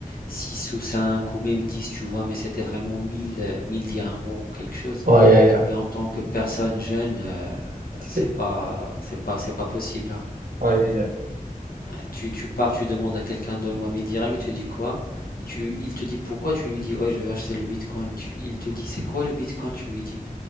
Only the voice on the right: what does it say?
Aïe, aïe, aïe.
C'est-
aïe, aïe, aïe.